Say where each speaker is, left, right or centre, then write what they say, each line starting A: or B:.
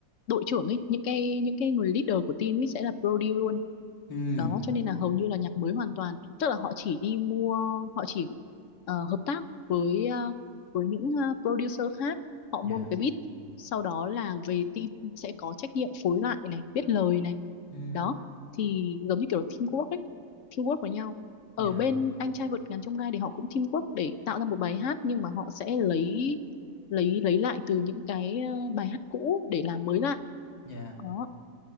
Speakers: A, on the left; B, on the left.
A: đội trưởng ấy những cái những cái người leader của team ấy sẽ là Brody luôn
B: Ừ,
A: đó cho nên là hầu như là nhạc mới hoàn toàn tức là họ chỉ đi mua họ chỉ ờ, hợp tác với ờ, với những ờ, producer khác họ
B: dạ.
A: mua một cái beat sau đó là về team sẽ có trách nhiệm phối lại này viết lời này
B: Ừ,
A: đó thì giống như kiểu là teamwork ấy teamwork với nhau ở
B: dạ.
A: bên anh trai vượt ngàn chông gai thì họ cũng teamwork để tạo ra một bài hát nhưng mà họ sẽ lấy lấy lấy lại từ những cái ờ, bài hát cũ để làm mới lại
B: Dạ.
A: đó